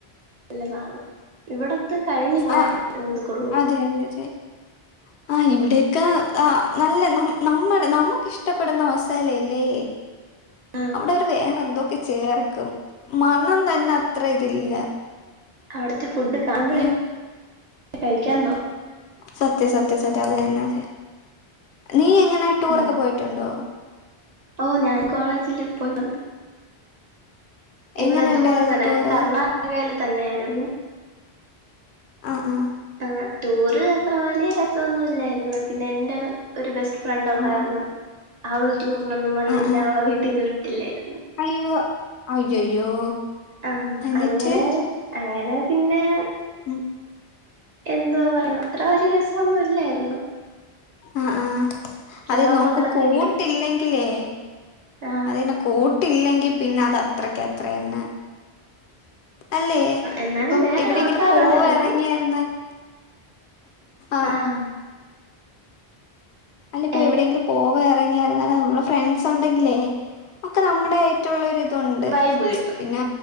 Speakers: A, on the right; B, on the left.
A: നല്ലതാണ് ഇവിടത്തെ കഴിഞ്ഞു പോയാ
B: ആഹ്
A: കിട്ടുന്നത് കൊള്ളൂല
B: അതെ അതെ അതെ ആഹ് ഇവിടേക്കെ നല്ല ന നമ്മ നമ്മുക്കിഷ്ടപ്പെടുന്ന മസാലയല്ലേ
A: ആ
B: അവിടെ അവര് വേറെ എന്തോ ചേർക്കും മണം തന്നെ അത്ര ഇതില്ല
A: അവിടു ഫുഡ് കാണുമ്പഴേ
B: ആഹ്
A: കഴിക്കാന്നോ
B: സത്യം സത്യം സത്യം അത് തന്നെ ആ നീ എങ്ങനെ
A: തോന്നും
B: ടൂറൊക്കെ പോയിട്ടുണ്ടോ
A: ഓ ഞാൻ കോളേജില് പോയിട്ടുണ്ട് ഇവിടെ
B: എങ്ങനെ
A: അതുപോലെ
B: ഉണ്ടായിരുന്നു
A: തന്നെ
B: ടൂറ്
A: കർണാടകയില് തന്നെയായിരുന്നു
B: ആഹ് ആഹ്
A: ആഹ് ടൂറ് അത്ര വലിയ രസോന്നുൽ ലായിര്ന്ന് പിന്നെ എന്റെ ഒരു ബെസ് ഫ്രണ്ട് ഒണ്ടായ്ര്ന്ന്
B: ആഹ്
A: അവള് ടൂറിനൊന്നും വന്നില്ല.
B: ആഹ് ആഹ് ആഹ്
A: അവളെ വീട്ടീന്ന് വി ട്ടില്ലേര്ന്നു
B: അയ്യോ അയ്യയ്യോ
A: ആഹ്
B: എന്നിട്ട്
A: അങ്ങനെ അങ്ങനെ പിന്നെ
B: ഉം
A: എന്തോ പറയാ അത്ര വല്യ രസൊന്നും ഇല്ലായ്ര്ന്ന്
B: അഹ് ആഹ് അത്
A: ഓർമ്മകളൊക്കെ
B: നമുക്ക് കൂട്ടില്ലെങ്കിലേ
A: കിട്ടി ആ
B: അതന്നെ കൂട്ടില്ലെങ്കി പിന്നെ അത് അത്രക്ക് അത്രയന്ന് അല്ലേ
A: എന്നാലും
B: ഇപ്പം
A: വേറെ
B: എവിടെയെങ്കിലും
A: ആൾക്കാരുണ്ടായിരുന്നു
B: പോവാ എറങ്ങിയാര്ന്നാല് ആഹ
A: ആഹ്
B: അല്ല ഇപ്പോ
A: ഏ
B: എവിടെയെങ്കിലും പോവ ഇറങ്ങിയായിരുന്നാല നമ്മെ ഫ്രണ്ട്സ് ഉണ്ടെങ്കിലേ ഒക്കെ നമ്മുടെ ആയിട്ടുള്ള ണ്ട്
A: വൈബ് കിട്ടും
B: പിന്നെ